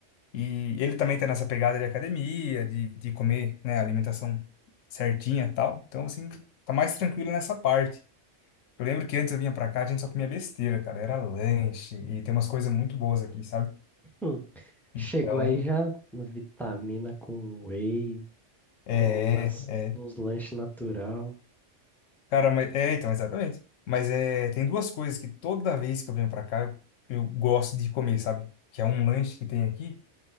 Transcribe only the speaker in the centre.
Hum, chegou
aí já vitamina com whey,
umas,
uns lanches natural.